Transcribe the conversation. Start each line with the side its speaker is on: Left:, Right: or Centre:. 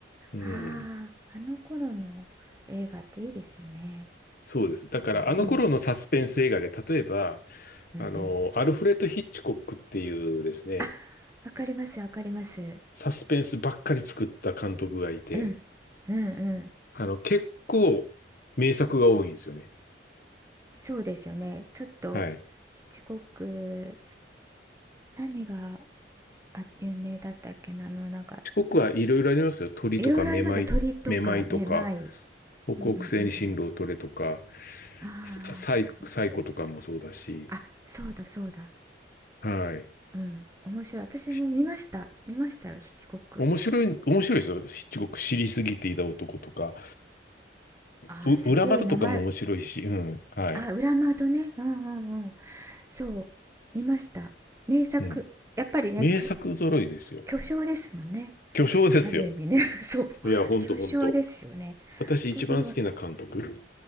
Left: うん。
Right: ああの頃の映画っていいですよね
Left: そうです。だから、
Right: なんか、
Left: あの頃のサスペンス映画で、例えば、
Right: うん、
Left: あの、
Right: うんうん
Left: アルフレッド・ヒッチコックっていうですね、
Right: あわかりますわかります
Left: サスペンスばっかり作った監督がいて、
Right: うんうんうん
Left: あの、結構名作が多いんですよね。
Right: そうですよねちょっとヒッチコック
Left: はい。ヒッ
Right: 何があ有名だったっけなあのなんか
Left: チコックはいろいろありますよ。鳥とかめまい、
Right: いろいろありますよ鳥とかめまいうん
Left: めまいとか、北北西に進路を取れとか、
Right: うんうんうんああそうそう
Left: ササイ、サイコとかもそうだし、
Right: あそうだそうだ
Left: はい。
Right: うん面白い私も見ました見ましたよヒッチコック
Left: し面白い、面白いですよ。ヒッチコック知りすぎていた男とか、
Right: ああ、
Left: う、う裏窓とかも面白いし、
Right: すごい名前。
Left: うん。はい。
Right: あ、裏窓ね。うんうんうん。そう、見ました。名作。
Left: うん。
Right: やっぱりね、
Left: 名作揃いですよ。
Right: 巨、巨匠ですもんね。
Left: 巨匠ですよ。
Right: ある意味ね。<laughs> そう。
Left: いや、ほんとほんと。
Right: 巨匠ですよね。
Left: 私一番好きな監督。
Right: 私も、